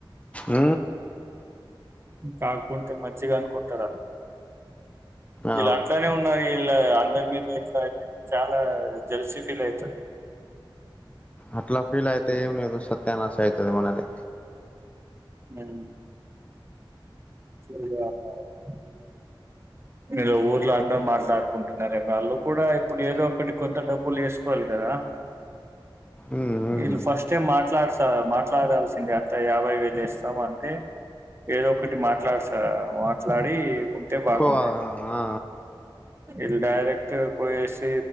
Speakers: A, on the left (about 15°); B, on the right (about 30°).
A: అ
B: కాకుంటే మంచిగా అనుకుంటారు అ వీళ్ళు
A: అవు
B: అట్లానే ఉన్నారు ఇలా అందరి మీదకా చాలా జల్సీ ఫీల్ అవుతారు ఇ
A: అట్లా ఫీల్ అయితే ఏవున సత్యానస అయితు మనది
B: మనం శనివారం రావాలి మీరు ఊర్లో అందరూ మాట్లాడుకుంటున్నారే వాళ్ళు కూడా ఇప్పుడు ఏదో ఒకడి కొంత డబ్బులు వేసుకోవాలి కదా
A: ఉమ్ ఉమ్
B: ఇల్ ఫస్ట్ <unintelligible> మాట్లాడత మాట్లాడాల్సింది అట్లా యాభై వేలు ఇస్తాం అంటే ఏదో ఒకటి మాట్ <unintelligible> సా మాట్లాడి బాగుండే
A: పోవా ఆ
B: వీళ్ళు డైరెక్ట్ పోయేసి